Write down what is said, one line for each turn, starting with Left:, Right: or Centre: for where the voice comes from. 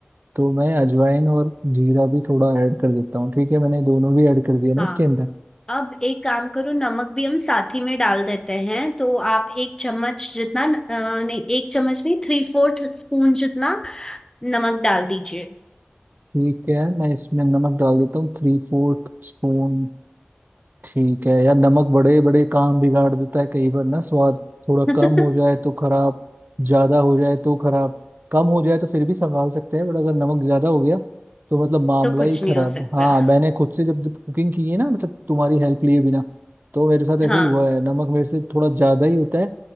Right: तो मैं अजवाइन और जीरा भी थोड़ा ऐड कर देता हूँ ठीक है मैंने दोनों भी ऐड कर दिया ना
Left: हाँ,
Right: इसके अंदर
Left: अब एक काम करो नमक भी हम साथ ही में डाल देते हैं तो आप एक चम्मच जितना अ, नहीं एक चम्मच नहीं थ्री फोर्थ स्पून जितना नमक डाल दीजिए
Right: ठीक है मैं इसमें नमक डाल देता हूँ थ्री फोर्थ स्पून ठीक है यार नमक बड़े बड़े काम बिगाड़ देता है कई बार ना स्वाद थोड़ा
Left: <laughs>
Right: कम हो जाए तो खराब ज्यादा हो जाए तो खराब कम हो जाए तो फिर भी संभाल सकते हैं बट अगर नमक ज्यादा हो गया तो मतलब मामला
Left: तो कुछ
Right: ही
Left: नहीं
Right: खराब
Left: हो सकता
Right: हाँ मैंने खुद से जब जब कुकिंग की है ना मतलब तुम्हारी हेल्प लिए बिना तो मेरे साथ ऐसे
Left: हाँ
Right: ही हुआ है नमक मेरे से थोड़ा ज्यादा ही होता है